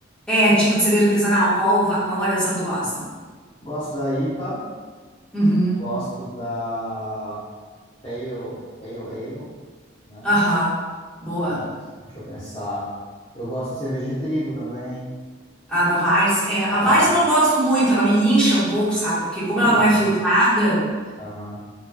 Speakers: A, in the centre; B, on the left (about 25°).
A: É, tipo de cerveja artesanal? Qual, va- qual variação tu gosta?
B: Gosto da IPA,
A: Uhum.
B: gosto da Pale, Pale Ale, né?
A: Aham,
B: O
A: boa.
B: que mais? Deixa eu pensar. Eu gosto de cerveja de trigo também.
A: Ah, da Vars. É, a Vars
B: É,
A: eu não gosto muito, ela me incha um pouco, sabe? Porque como
B: pois
A: ela não é
B: é.
A: filtrada,
B: Aham,